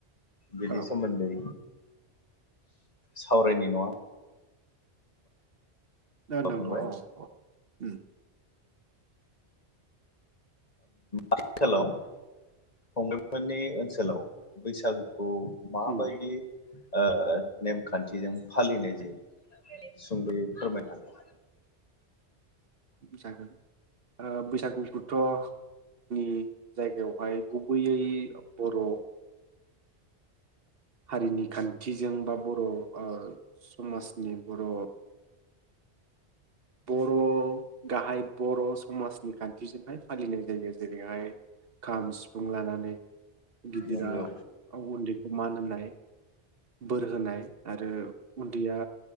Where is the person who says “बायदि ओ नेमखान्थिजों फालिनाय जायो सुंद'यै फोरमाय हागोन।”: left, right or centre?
Left